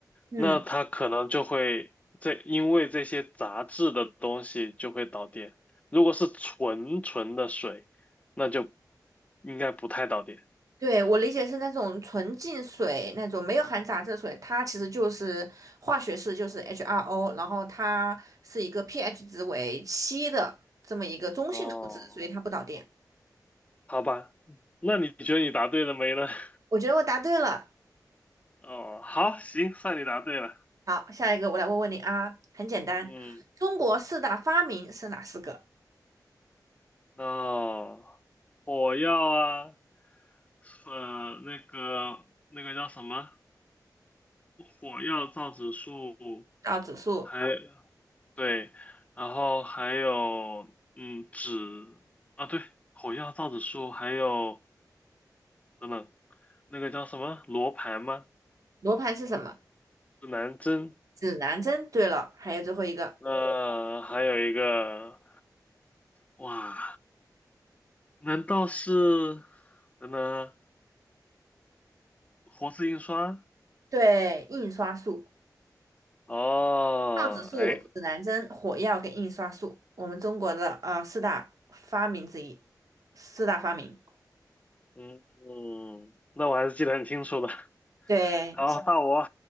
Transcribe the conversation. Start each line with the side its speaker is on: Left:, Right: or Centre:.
Right: 嗯，
Left: 那它可能就会这因为这些杂质的东西就会导电。如果是纯纯的水，那就应该不太导电。
Right: 对，我理解是那种纯净水，那种没有含杂质的水，它其实就是化学式，就是 H2O，然后它是一个 pH 值为七的这么一个中性的物质，
Left: 哦，
Right: 所以它不导电。
Left: 好吧，那你觉得你答对了没呢？<laughs>
Right: 我觉得我答对了。
Left: 哦，好，行，算你答对了。
Right: 好，下一个我来问问你啊，很简单，
Left: 嗯。
Right: 中国四大发明是哪四个？
Left: 那火药啊，呃，那个那个叫什么？火药、造纸术，
Right: 倒指数、
Left: 还对，然后还有嗯纸啊，对，火药、造纸术，还有等等，那个叫什么罗盘吗？
Right: 罗盘是什么？
Left: 指南针，
Right: 指南针。对了，还有最后一个，
Left: 呃，还有一个，哇，难道是等等啊活字印刷？
Right: 对，印刷术。
Left: 哦，
Right: 造纸术、
Left: 哎，
Right: 指南针、火药跟印刷术，我们中国的啊呃四大发明之一，四大发明。
Left: 嗯，嗯那我还是记得很清楚的。<laughs>
Right: 对，
Left: 好，到我，